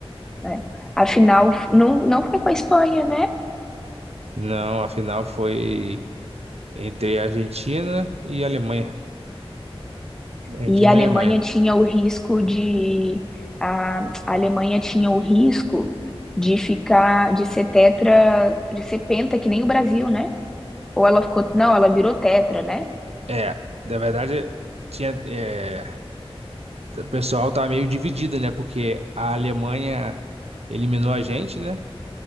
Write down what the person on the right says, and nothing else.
Não, a final foi entre a Argentina e a Alemanha. Argentina
e Alemanha.
É, na verdade, tinha, é, o pessoal tá meio dividido, né? Porque a Alemanha eliminou a gente, né?